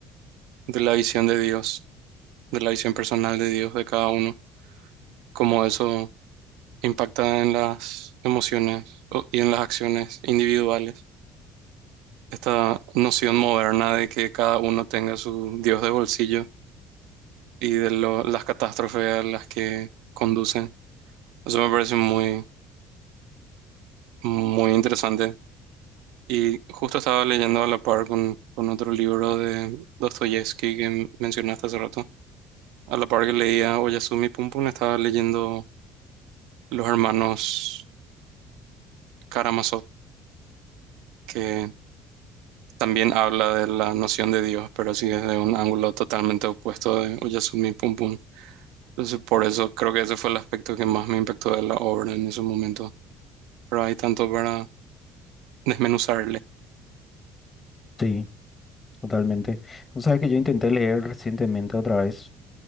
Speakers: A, on the right (about 80°); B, on the left (about 25°).
A: de la visión de Dios, de la visión personal de Dios de cada uno, cómo eso impacta en las emociones o- y en las acciones individuales. Esta noción moderna de que cada uno tenga su Dios de bolsillo y de lo- las catástrofes a las que conducen. Eso me parece muy, muy interesante. Y justo estaba leyendo a la par con, con otro libro de Dostoyevsky que mencionaste hace rato. A la par que leía Oyasumi Pum Pum, estaba leyendo Los hermanos Karamazov, que también habla de la noción de Dios, pero así desde un ángulo totalmente opuesto de Oyasumi Pum Pum. Entonces, por eso creo que ese fue el aspecto que más me impactó de la obra en ese momento. Pero hay tanto para desmenuzarle.
B: Sí, totalmente. O sea, que yo intenté leer recientemente otra vez